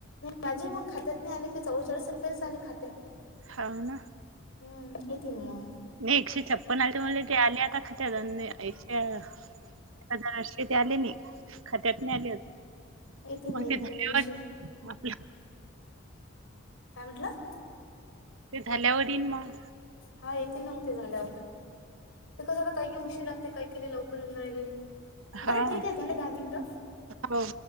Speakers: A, on the left; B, on the right.
A: माझे मग खात्यात नाही आले की चौचाळीस रुपयेच आले खात्यात.
B: छाान.
A: हम्म येतिन म.
B: नाही एकशे छप्पन आ मले ते आले आता ख एकशे. हजार अे ते आले नाही खात्यात नाही आले अस
A: येतील
B: मग
A: ना येतील
B: ते झालेवर.
A: ना उशीर
B: माफ.
A: काय म्हटलं.
B: ते झाल्या वील मग.
A: हा येतील ना मग ते झाल्यावरर ते कसं आता काही उशीर लागते काही. लवकर येऊन राहिले बरं
B: हा
A: ठीक आहे झालं दहा मिनिट.
B: हो.